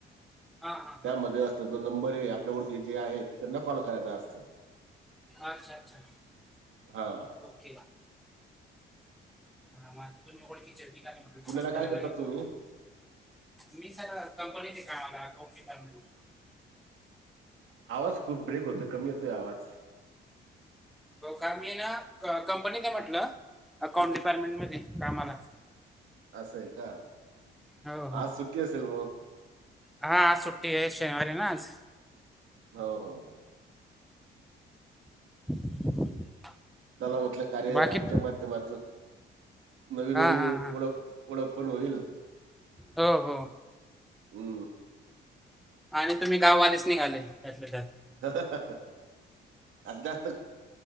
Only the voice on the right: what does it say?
त्यामध्ये
असत जो नंबर आहे आपल्या वर्ती जे आहे त्यांना कॉल करायचा असतो
हा
पुण्याला
काय
करतात
तुम्ही
आवाज खूप ब्रेक होतोय कमी येतोय आवाज
असं हे का
आज सुट्टी असेल म
हो हो
त्याला म्हटलं कार्य
ऍपच्या माध्यमातून नवीन
वाढीव
ओळख ओळख पण होईल
हू
आज जास्त